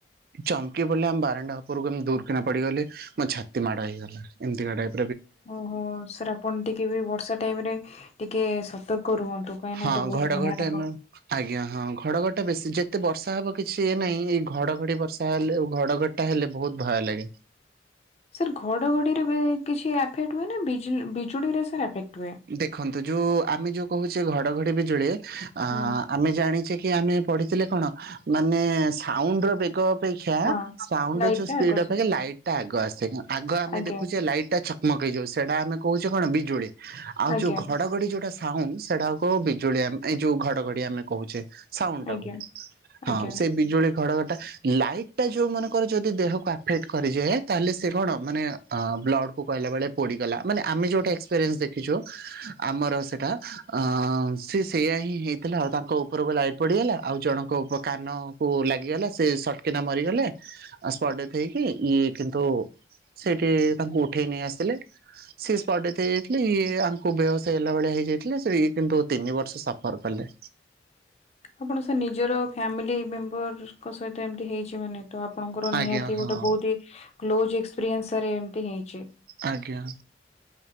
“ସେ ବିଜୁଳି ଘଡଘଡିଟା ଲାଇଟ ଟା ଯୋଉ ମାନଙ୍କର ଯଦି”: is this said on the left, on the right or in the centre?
Right